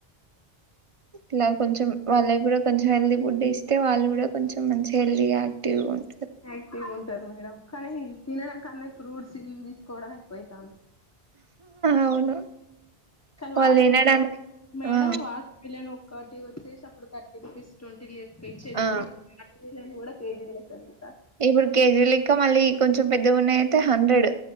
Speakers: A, on the right; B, on the left.
A: ఇలా కొంచెం వాళ్ళయి కూడా కొంచం హెల్తీ ఫుడ్ ఇస్తే వాళ్ళు కూడా కొంచెం మంచి గా హెల్తీ గా యాక్టివ్గా ఉన్
B: యాక్టివ్ ఉంటారు మేడం కానీ తినడం కన్నా ఫ్రూట్స్ గివి తీసుకోవడం ఎక్కువయితాంది
A: అవును
B: కానీ
A: వాళ్ళు
B: వాటర్
A: తినడానికి
B: మేడం
A: ఆ
B: <unintelligible> థర్టీ వచ్చేసి అప్పుడు థర్టీ రూపీస్ ట్వంటీ లే ఇచ్చేది
A: ఆ
B: గాని నేను కూడా కేజిల్లేక్కనే తీస్
A: ఇప్పుడు కేజీ లే ఇంకా మళ్ళీ కొంచెం పెద్దగా ఉన్నాయి అయితే hundred